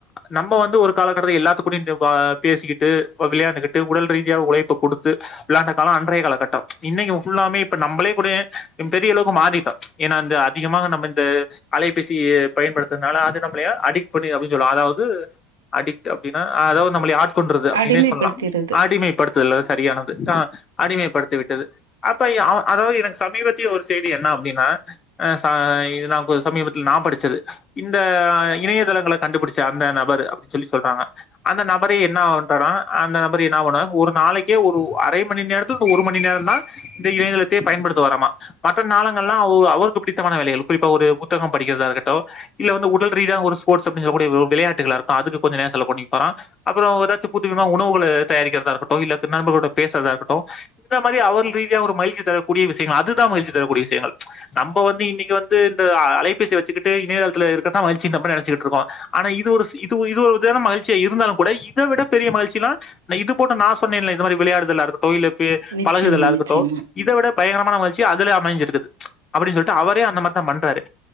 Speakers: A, on the left (about 30°); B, on the right (about 75°).
A: நம்ம வந்து ஒரு காலகட்டத்த எல்லாத்து கூடயு இந் ப் ஆ பேசிக்கிட்டு வ விளையாண்டுக்கிட்டு உடல் ரீதியா உழைப்ப குடுத்து விளையாண்ட காலோ அன்றைய காலகட்டோ இன்னக்கி ஃபுல்லாமே இப்ப நம்மளே கூட ம் பெரிய அளவுக்கு மாறிட்டோ ஏன்னா இந்த அதிகமாக நம்ம இந்த அலைபேசிய பயன்படுத்துறனால அது நம்மளய அடிக்ட் பண்ணுது அப்டின்னு சொல்லலா அதாவது அடிக்ட் அப்டினா ஆ எதா து நம்மளய ஆட்கொன்றது அப்டின்னே
B: அடிமைப்படுத்திருது.
A: சொல்லலா அடிமைப்படுத்துதல் சரியானது ஆ அடிமைப்படுத் தி விட்டது. அப்ப ய அவ அதாவது எனக்கு சமீபத்திய ஒரு செய்தி என்ன அப்டின்னா ஆ சா இது நா கொ சமீபத்தில் நா படிச்சது இந்த ஆ இணையதளங்கல கண்டுபிடிச்ச அந்த நபரு அப்டின்னு சொல்றாங்க. அந்த நபரு என்ன ஆகுன்ட்டாரா அந்த நபரு என்ன ஆவுன்னா ஒரு நாளைக்கே ஒரு அரைமணி நேரத்துக்கு ஒரு ம ணி நேரந்தா இந்த இணையதளத்தையே பயன்படுத்துவாராமா. மத்த நேரங்கல்லா அவரு அவருக்கு பிடித்தமான வேலைகள் குறிப்பா ஒரு புத்தகோ படிக்கிறதா இருக்கட்டு இல்ல வந்து உடல் ரீதியான ஒரு ஸ்போர்ட்ஸ் அப்டின்னு சொல்லக்கூடிய வி விளையாட்டுகளா இருக்கட்டு அதுக்கு கொஞ்ச நேரோ செலவு பண்ணிக்குவாரா அப்புறோ எதாச்சு புதுவிதமா உணவுகள தயாரிக்கிறதா இருக்கட்டு இல்ல க நண்பர்களோட பேசறதா இருக்கட்டு இந்த மாரி அவர்கள் ரீதியா ஒரு மகிழ்ச்சி தரக் கூடிய விஷயங்கள் அதுதா மகிழ்ச்சி தரக்கூடிய விஷயங்கள். நம்ப வந்து இன்னைக்கி வந்து இந்த அ அலைபேசி வச்சுக்கிட்டு இணையதளத்தில இருக்கிறதுதா மகிழ்ச்சின்னு நம்ப நெனச்சுக்கிட்ருக்கோ. ஆனா இது ஒரு ஸ் இது ஒரு இது ஒரு விதமான மகிழ்ச்சியா இருந்தாலுங் கூட இத விட பெரிய மகிழ்ச்சி எல்லா நா இது போன்ற நா சொன்னேன்ல இந்த மாரி விளையாடுதலா இருக்கட்டு இல்ல க்கு
B: நிச்சயமா,
A: பழகுதலா இருக்கட்டு
B: நிச்சயமா.
A: இத விட பயங்கரமான மகிழ் ச்சி அதுல அமைஞ்சிருக்குது அப்படின்னு சொல்லிட்டு அவரே அந்த மாரி த்தோ பண்ராரு